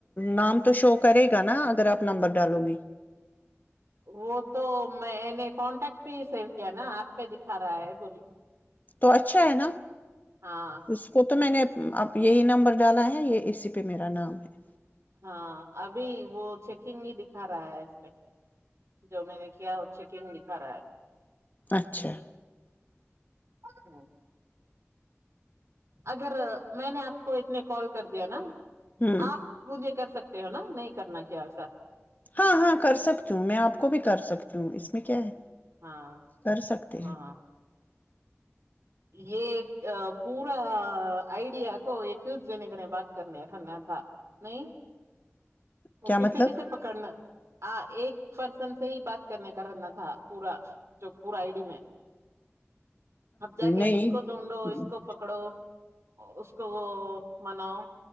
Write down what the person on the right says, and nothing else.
وہ تو میں نے کانٹیکٹ پہ ہی سیو کیا نا ایپ پہ دکھا رہا ہے بولی
ہاں
ہاں ابھی وہ چیکنگ ہی دکھا رہا ہے اس پہ جو میں نے کیا وہ چیکنگ دکھا رہا ہے
ہاں اگر میں نے آپ کو اتنے کال کر دیا نا
آپ مھے کر سکتے تے ہو نا نہیں کرنا کیا ایسا
ہاں
ہاں
یہ پورا آئیڈیا کو ایکنے کریں بات کرنے نا تھا نہیں وہ
کسے
کسے پکڑنا آ ایک پرسن سے ہی بات کرنے کا رہنا تھا پورا جو پورا آئی ڈی میں اب جا کے
اس کو ڈھونڈو اس کو پکڑو اس کو مناؤ